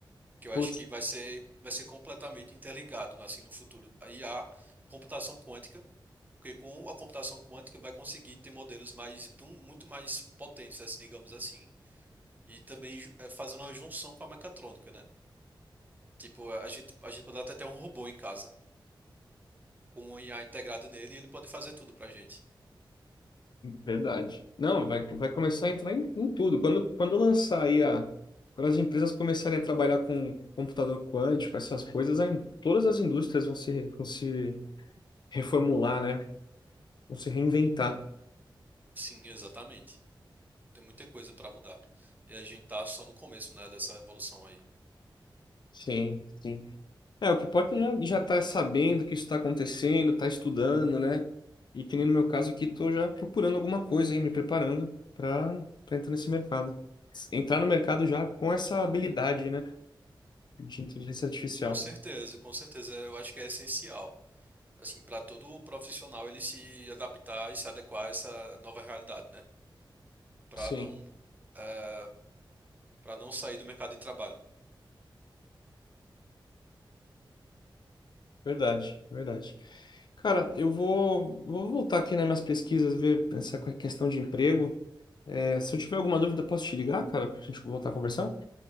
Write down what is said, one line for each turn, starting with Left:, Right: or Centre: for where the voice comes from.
Right: Que eu
Left: putz,
Right: acho que vai ser, vai ser completamente interligado, assim, no futuro. Aí a computação quântica, porque com a computação quântica vai conseguir ter modelos mais, bum- muito mais potentes, assim, digamos assim. E também eh, fazendo uma junção com a mecatrônica, né? Tipo, a gente, a gente pode até ter um robô em casa. com o IA integrado nele ele pode fazer tudo pra gente.
Left: Verdade. Não, vai, vai começar a entrar em, em tudo. Quando, quando lançar aí a. Quando as empresas começarem a trabalhar com computador quântico, essas coisas, aí todas as indústrias vão se, vão se reformular, né? Vão se reinventar.
Right: Sim, exatamente. Tem muita coisa pra mudar. E a gente tá só no começo, né, dessa evolução aí.
Left: Sim, sim. É, o que importa é já, já tá sabendo que isso está acontecendo, tá estudando, né? E que nem no meu caso aqui, tô já procurando alguma coisa aí, me preparando para entrar nesse mercado. Entrar no mercado já com essa habilidade, né? De inteligência artificial.
Right: Com certeza, com certeza. Eu acho que é essencial, assim, para todo profissional ele se adaptar e se adequar a essa nova realidade, né? para
Left: Sim.
Right: não, para não sair do mercado de trabalho.
Left: Verdade, verdade. Cara, eu vou, vou voltar aqui nas minhas pesquisas, ver essa que- questão de emprego. É, se eu tiver alguma dúvida, posso te ligar, cara, pra gente voltar a conversar?